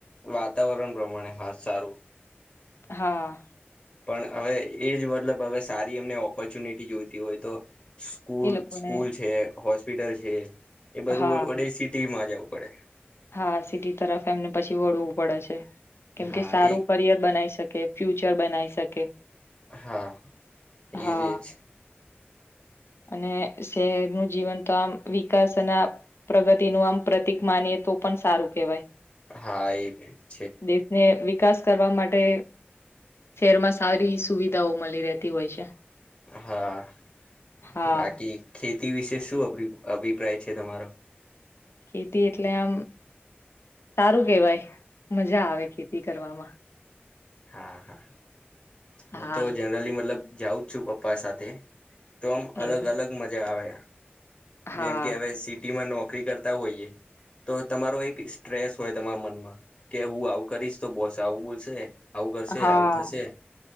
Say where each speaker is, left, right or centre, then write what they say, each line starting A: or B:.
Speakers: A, on the left (about 25°); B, on the left (about 85°).
A: વાતાવરણ પ્રમાણે હા સારું.
B: હા.
A: પણ હવે એ જ મતલબ હવે સારી એમને ઓપોર્ચ્યુનિટી જોઈતી હોય તો સ્કૂલ
B: એ લોકોને
A: સ્કૂલ છે હોસ્પિટલ છે એ બધું
B: હા
A: વડે સિટીમાં જવું પડે.
B: હા, સીટી તરફ એમને પછી વળવું પડે છે કેમ
A: હા
B: કે સારું
A: એક
B: કરિયર બનાઈ શકે. કે ફ્યુચર બનાવી શકે
A: હા
B: હા
A: એજજ
B: અને શહેર નું જીવન તો આમ વિકાસ અને પ્રગતિ નું આમ પ્રતિક માની તો પણ સારું કહેવાય
A: હા એ ભ
B: દેશને વિકાસ કરવા માટે શહેરમાં સારી સુવિધાઓ મળી રહેતી હોય છે
A: હા
B: હા
A: બાકી ખેતી વિશે શુંભ અભિપ્રાય છે તમારો
B: ખેતી એટલે આમ સારું કેવાય મજા આવે ખેતી કરવામાં
A: હા હા હું
B: હા
A: તો જનરલી મતલબ જાઉં જ છું પપ્પા સાથે તો આમ અલગ
B: એવું.
A: અલગ મજા આવે
B: હા
A: જેમ કે હવે સિટીમાં નોકરી કરતા હોઈએ તો તમારો એક સ્ટ્રેસ હોય તમારા મનમાં કે હું આવું કરીશ તો બોસ આવું બોલશે આવું કરશે
B: હા
A: આવું થશે